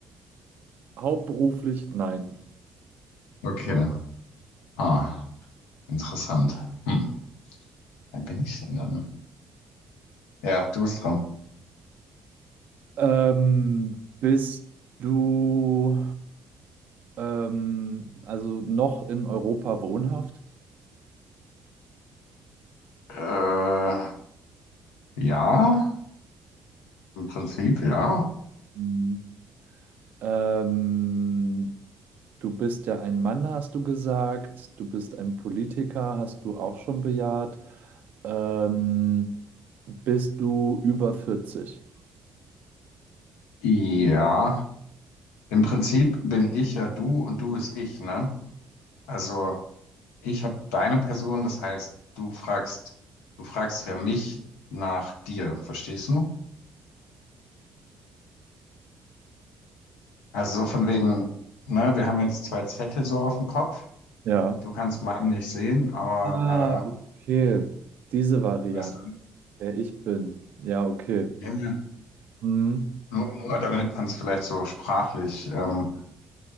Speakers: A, on the right; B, on the left.
A: Hauptberuflich? Nein.
B: Okay. Ah, interessant. Hm. Wer bin ich denn dann? Ja, du bist dran.
A: Ähm, bist du ähm, also noch in Europa wohnhaft?
B: Äh, ja, im Prinzip ja.
A: Hm. Ähm, du bist ja ein Mann, hast du gesagt. Du bist ein Politiker, hast du auch schon bejaht. Ähm, bist du über vierzig?
B: Ja, Im Prinzip bin ich ja du und du ist ich, ne? Also ich habe deine Person, das heißt, du fragst, du fragst ja mich nach dir, verstehst du? Also so von wegen, ne, wir haben jetzt zwei Zettel so auf dem Kopf.
A: Ja.
B: Du kannst meinen nicht sehen, aber
A: Ah, okay. Diese Variante,
B: äh, weißt du,
A: wer ich bin. Ja, okay.
B: ja, ja.
A: Hm.
B: nur, nur damit man es vielleicht so sprachlich ähm,